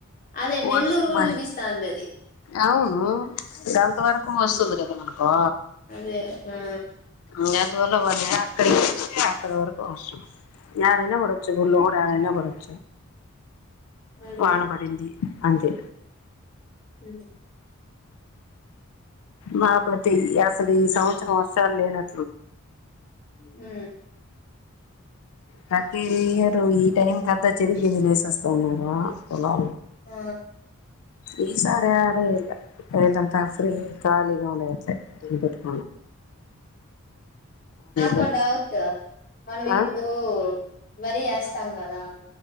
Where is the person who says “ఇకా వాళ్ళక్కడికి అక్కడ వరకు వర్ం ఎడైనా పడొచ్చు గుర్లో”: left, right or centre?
Left